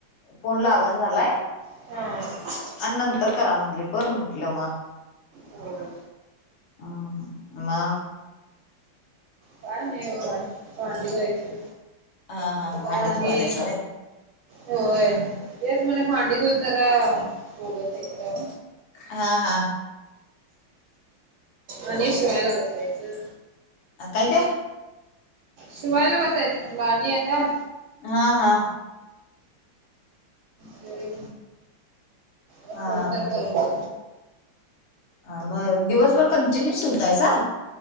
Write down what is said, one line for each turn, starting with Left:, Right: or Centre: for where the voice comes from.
Left: फोन लागण झालाय
Right: हम्
Left: आणि नंतर करा म्हणली बरं म्हंटलं मग
Right: होय
Left: हम आ
Right: काय नाहीय भांडी धुवायची
Left: हा हा
Right: आता
Left: भांडी
Right: आणि
Left: धुवालायसा व्हय
Right: होय तेच म्हला भांडी दूध जरा बोलत आहे तर
Left: हा हा
Right: आणि शिवायला बसायचं
Left: अ कायत्या
Right: शिवायला बसायचं म्हटलं आणि आता
Left: हा हा
Right: तेरी ला
Left: हा
Right: फोन तर
Left: हा
Right: करू म
Left: हा मग दिवसभर कंटिन्यू शिवतायसा